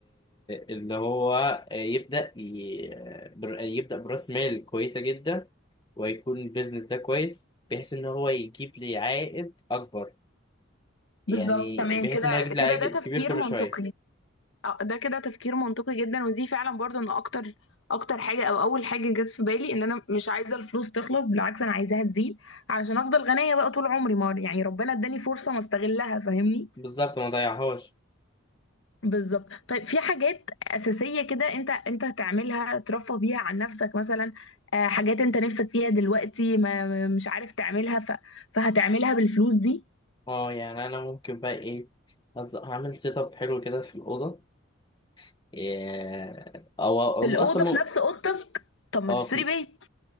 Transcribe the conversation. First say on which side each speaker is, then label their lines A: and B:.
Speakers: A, on the left; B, on the left.
A: اللي هو آه، يبدأ ي... بر... يبدأ برأس مال كويسة جدا ويكون البيزنس ده كويس بحيث ان هو يجيب لي عائد اكبر
B: بالظبط
A: يعني
B: تمام
A: بحيث
B: كده
A: ان هو يجيب لي
B: كده
A: عائد
B: ده
A: كبير
B: تفكير
A: كل
B: منطقي
A: شوية
B: آه، ده كده تفكير منطقي جدا ودي فعلا برضو انا اكتر اكتر حاجه او اول حاجه جت في بالي ان انا مش عايزه الفلوس تخلص بالعكس انا عايزاها تزيد علشان افضل غنيه بقى طول عمري ما يعني ربنا اداني فرصه ما استغلها فاهمني
A: بالظبط ما ضيعهاش
B: بالظبط طيب في حاجات اساسيه كده انت انت هتعملها ترفه بيها عن نفسك مثلا آه، حاجات انت نفسك فيها دلوقتي ما ما- مش عارف تعملها ف... فهتعملها بالفلوس دي
A: اه يعني انا ممكن بقى ايه هز- هعمل سيت اب حلو كده في الاوضه إيه، او أو
B: في الاوضه
A: اصلا مو...
B: في نفس اوضتك طب ما
A: اه
B: تشتري
A: في...
B: بيت